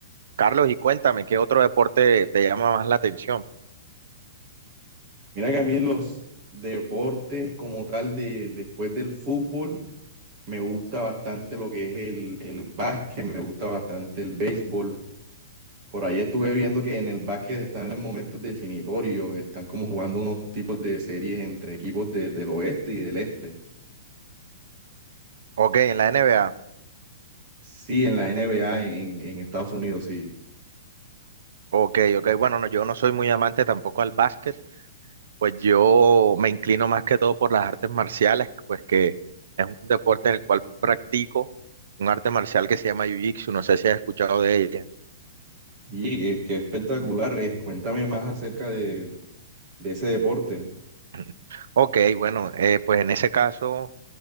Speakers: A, on the right; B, on the right.
A: Carlos, y cuéntame, ¿qué otro deporte te llama más la atención?
B: Mira que a mí los deportes como tal de después del fútbol me gusta bastante lo que es el, el básquet, me gusta bastante el béisbol. Por ahí estuve viendo que en el básquet están en momentos definitorios, están como jugando unos tipos de series entre equipos de- del oeste y del este.
A: Ok, en la NBA.
B: Sí, en la N B A en, en Estados Unidos, sí.
A: Ok, ok, bueno, no, yo no soy muy amante tampoco al básquet, pues yo me inclino más que todo por las artes marciales, pues que es un deporte en el cual practico un arte marcial que se llama Jiu-Jitsu, no sé si has escuchado de ella.
B: Y qué, qué espectacular es. Cuéntame más acerca de, de ese deporte.
A: <clears throat> Ok, bueno, eh, pues en ese caso...